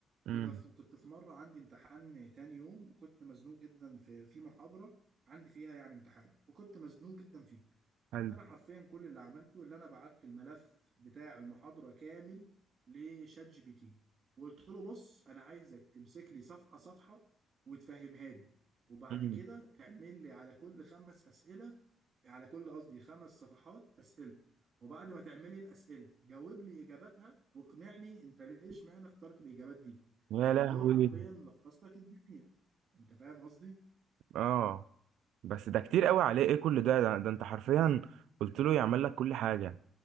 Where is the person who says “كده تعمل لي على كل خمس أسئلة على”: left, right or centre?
Right